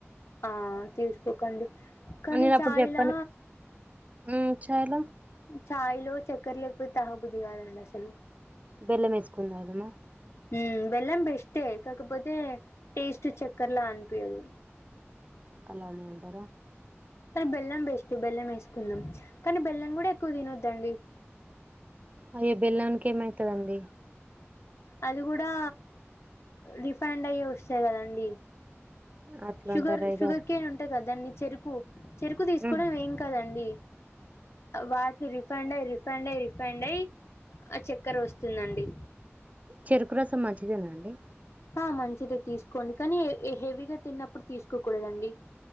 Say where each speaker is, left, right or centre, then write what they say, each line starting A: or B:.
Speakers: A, on the left; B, on the right.
A: ఆ తీసుకోకండి కానీ
B: నేను అప్పుడు
A: ఛాయలా
B: చెప్పాను మ్మ్ చాయలో
A: ఛాయ్లో చక్కెర లేకపోతే తగబుద్ధి కాదండి అసలు
B: బెల్లమేసుకొని తాగుదామా
A: ఉమ్ బెల్లం బెస్టే కాకపోతే టేస్ట్ చక్కర్లా అనిపియదు
B: అలానే అంటారా
A: కానీ బెల్లం బెస్ట్ బెల్లం వేసుకుందాం కానీ బెల్లం కూడా ఎక్కువ తినొద్దండి
B: అయ్య బెల్లానికేమైతదండి
A: అది కూడా రిఫండ్ అయ్యే వస్తాయి కదండి
B: అట్లా
A: షుగర్
B: అంటారు ఇగ
A: షుగర్ కేన్ ఉంటాయి కదా దాన్ని చెరుకు చెరుకు తీసుకోవడం
B: ఉమ్,
A: ఏం కాదండి వాటిని రిఫండ్ అయ్ రిఫండ్ అయ్ రిఫండ్ అయి ఆ చక్కెర వస్తుందండి
B: చెరుకు రసం మంచిిదేనా అండి
A: ఆ మంచిదే తీసుకోండి కానీ హెవీగా తిన్నప్పుడు తీసుకోకూడదండి